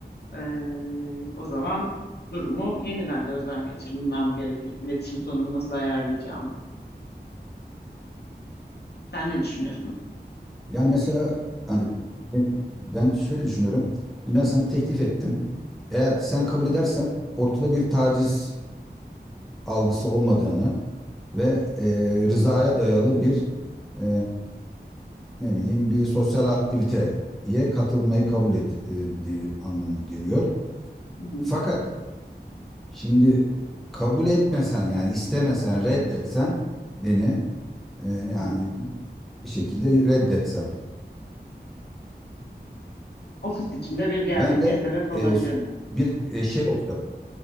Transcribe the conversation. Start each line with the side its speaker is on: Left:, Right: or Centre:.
Left: e, o zaman durumu yeniden gözden geçirmem gerekir. İletişim tonumu nasıl ayarlayacağımı. Sen ne düşünüyorsun?
Centre: Yani mesela hani ben ben şöyle düşünüyorum. Şimdi ben sana teklif ettim. Eğer sen kabul edersen ortada bir taciz algısı olmadığını ve e, rızaya dayalı bir e, ne bileyim bir sosyal aktiviteye katılmayı kabul ettiği anlamı geliyor.
Left: Hı hı,
Centre: Fakat şimdi kabul etmesen yani istemesen reddetsen beni e, yani
Left: hı hı.
Centre: bir şekilde reddetsen.
Left: Ofis içinde bir gerginliğe
Centre: Ben de
Left: sebep olabilir
Centre: e,
Left: mi?
Centre: bir e, şey olsa